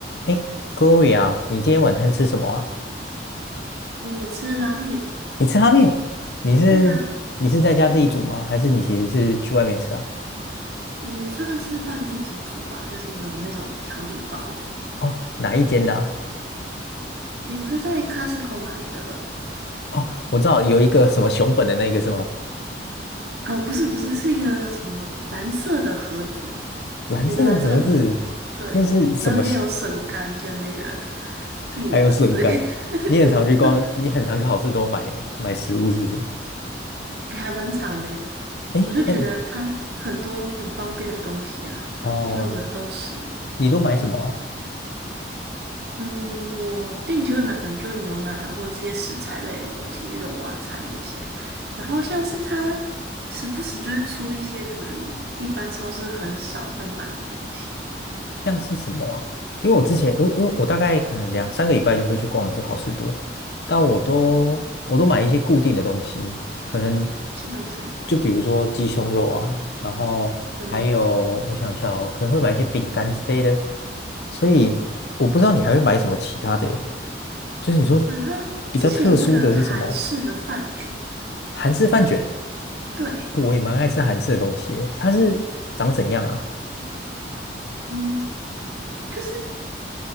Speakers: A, on the left; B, on the right.
A: 诶 g l o r i a 你今天晚餐吃什么啊？
B: 因为我吃拉面，
A: 你吃拉面？你是你是在家自己煮吗？
B: 对啊，
A: 还是你其实是去外面吃啊？
B: 诶，算是半自己煮吧，就是有那种调理包。
A: 哦，哪一间的啊？
B: 诶，我是在 Costco 买的，
A: 哦，我知道有一个什么熊本的那个是吗？
B: 哦，不是不是，是一个什么蓝色的盒子，
A: 蓝色的盒子，
B: 有个蓝色盒子，对，
A: 那是什么西
B: 然后里面有笋干跟那个
A: <laughs>
B: 木耳之类的
A: 还有笋干。
B: <laughs>
A: 你很常去逛，
B: 对啊，
A: 你很常去好事多买买食物是不是？
B: 诶还蛮长的诶，
A: 诶，
B: 我就觉得它很多很方便的东西啊，
A: 那哦，
B: 就那种冷冻食物。
A: 你都买什么啊？
B: 嗯，我定期会买，可能就牛奶啊，或者是一些食材类的东西，肉啊、菜这些。然后像是它时不时就会出一些可能一般超市很少会卖的东西，
A: 像是什么啊？因为我之前，因为因为我大概可能两三个礼拜就会去逛一次好事多，但我都我都买一些固定的东西，可能
B: 是这像是
A: 就比如说鸡胸肉啊，然后还有我想一下哦，
B: 嗯
A: 可能会买一些饼干之类的，所以我不知道你还会买什么其他的诶就是你说
B: 那它之前有那个韩式的饭卷，
A: 比较特殊的是什么？韩式饭卷，
B: 对，
A: 我也蛮爱吃韩式的东西诶它是长怎样啊？
B: 嗯，就是